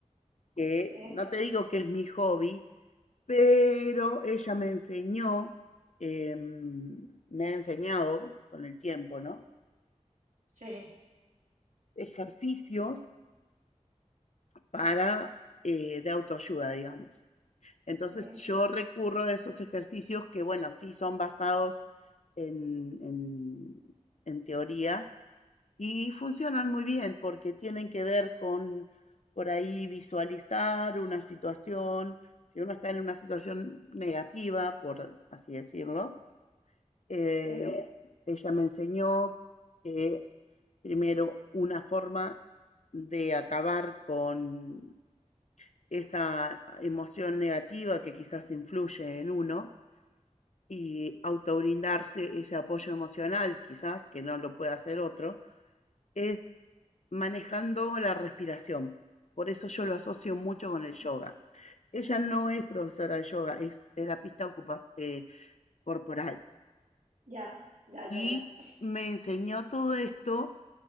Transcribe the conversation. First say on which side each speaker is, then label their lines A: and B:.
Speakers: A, on the left (about 65°); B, on the right (about 90°).
A: que
B: Sí,
A: no te digo que es mi hobby, pero ella me enseñó, eh, me ha enseñado con el tiempo, ¿no?
B: sí,
A: Ejercicios para, eh, de autoayuda, digamos. Entonces
B: sí,
A: yo recurro a esos ejercicios que, bueno, sí son basados en, en, en teorías y funcionan muy bien porque tienen que ver con, por ahí, visualizar una situación, si uno está en una situación negativa, por así decirlo, eh,
B: sí.
A: ella me enseñó que primero una forma de acabar con esa emoción negativa que quizás influye en uno y autobrindarse ese apoyo emocional, quizás que no lo puede hacer otro, es manejando la respiración. Por eso yo lo asocio mucho con el yoga. Ella no es profesora de yoga, es terapista eh, corporal.
B: Ya, ya,
A: y
B: ya, ya.
A: me enseñó todo esto